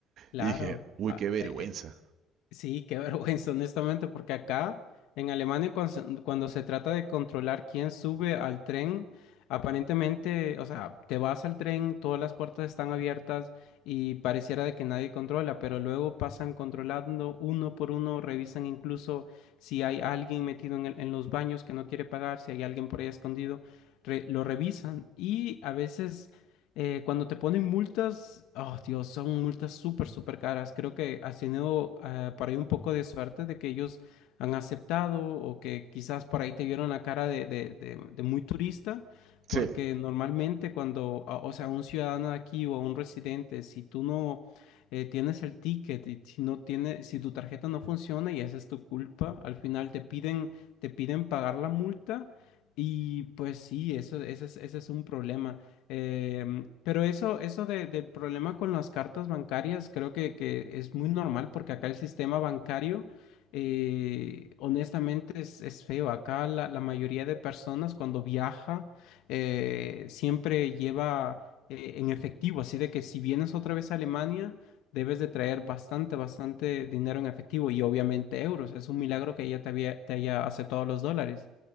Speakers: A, on the left; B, on the right.
A: claro.
B: Y dije, uy,
A: Ah,
B: qué vergüenza.
A: e, e, Sí, qué <laughs> vergüenza, honestamente, porque acá en Alemania cuando se, cuando se trata de controlar quién sube al tren, aparentemente, o sea, te vas al tren, todas las puertas están abiertas y pareciera de que nadie controla, pero luego pasan controlando uno por uno, revisan incluso si hay alguien metido en el- en los baños que no quiere pagar, si hay alguien por ahí escondido, re- lo revisan y a veces eh, cuando te ponen multas, oh Dios, son multas súper, súper caras. Creo que has tenido eh, por ahí un poco de suerte de que ellos han aceptado o que quizás por ahí te vieron la cara de, de, de- de muy turista, porque
B: Sí,
A: normalmente cuando, a- o sea, un ciudadano de aquí o un residente, si tú no eh, tienes el ticket y si no tiene, si tu tarjeta no funciona y esa es tu culpa, al final te piden, te piden pagar la multa y pues sí, eso, ese es, ese es un problema. Em, pero eso, eso de- del problema con las cartas bancarias, creo que, que es muy normal porque acá el sistema bancario, eh, honestamente, es, es feo. Acá la, la mayoría de personas cuando viaja eh, siempre lleva eh, en efectivo, así de que si vienes otra vez a Alemania, debes de traer bastante, bastante dinero en efectivo y obviamente euros. Es un milagro que ella te había- te haya aceptado los dólares.